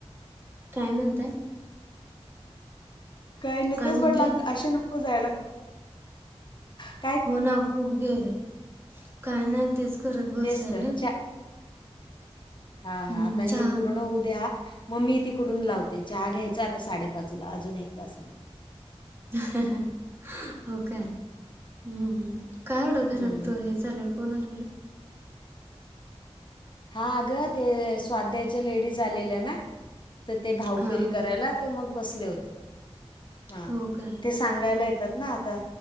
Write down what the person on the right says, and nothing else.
काय म्हणताय?
काय
म्हणताय
हो ना खूप गेले काय नाही तेच करत बसलेले
हम्म
चहा
ह ह हो काय हम्म हम्म काय एवढं
घरात त हे चालेल कोण आलेल
हा
हो काय